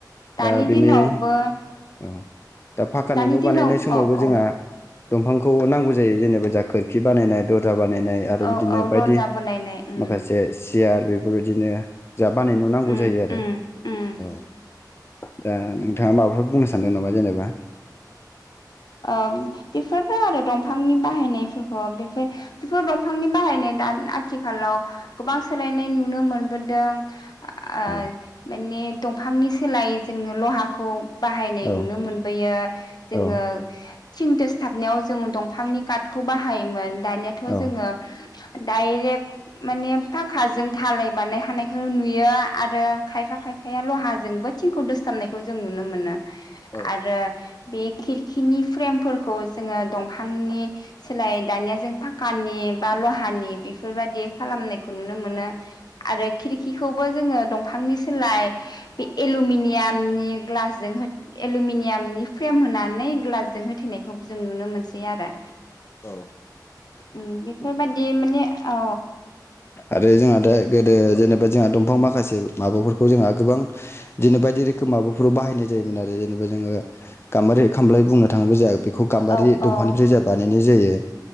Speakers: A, on the left; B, on the left.
A: दानि
B: दा बेनि
A: दिनावबो
B: औ दा फाखानि
A: दानि
B: न'
A: दिनाव
B: बानायनाय समावबो
A: औ
B: जोंहा
A: औ
B: दंफांखौ नांगौ जायो जेनेबा जा खोरखि बानायनाय दरजा बानायनाय आरो
A: औ
B: बिदिनो
A: औ
B: बायदि
A: दरजा बानायनाय उम
B: माखासे सियार बेफ बेबायदिनो जा बानायनो नांगौ
A: उम
B: जायो आरो
A: उम उम
B: औ दा ओ नोंथाङा माबाफोर बुंनो सानदों नामा जेनेबा
A: ओम बेफोरनो आरो दंफांनि बाहायनायफोरखौ बेफोर बेफोर दंफांनि बाहायनाय दा आथिखालाव गोबां सोलायनाय नुनो मोनबोदों आ ओ
B: औ
A: माने दंफांनि सोलाय जोङो लहाखौ बाहायनाय
B: औ
A: नुनो मोनबोयो जोङो
B: औ
A: थिं दोसथाबनायाव जों दंफांनि काटखौ बाहायोमोन दानियाथ'
B: औ
A: जोङो डायरेक्ट माने फाखाजों धालाय बानाय हानायखौनो नुयो आरो खायफा खायफाया लहाजोंबो थिंखौ दोसथाबनायखौ जों नुनो मोनो
B: औ
A: आरो बे खिर खिनि फ्रेमफोरखौ जोङो दंफांनि सोलाय दानिया जों फाकानि बा लहानि बेफोरबायाददि खालामनायखौ नुनो मोनो आरो खिरखिखौबो जोङो दंफांनि सोलाय बे एलमिनियामनि ग्लासजों एलुमिनियामनि फ्रेम होनानै ग्लासजों होथेनायखौबो जों नुनो मोनसै आरो
B: औ
A: उम बेफोरबायदि माने अ
B: आरो जोंहा दा गोदो जेनेबा जोंहा दंफां माखासे माबाफोरखौ जोंहा गोबां बिदिनो बायदि रोखोम माबाफोराव बाहायनाय जायोमोन आरो जेनेबा जोङो गामबारि खामबलाय बुंनो थाङोब्ला जाहा बेखौ गाम्बारि
A: औ औ
B: दंफांनिफ्राय जा बानायनाय जायो।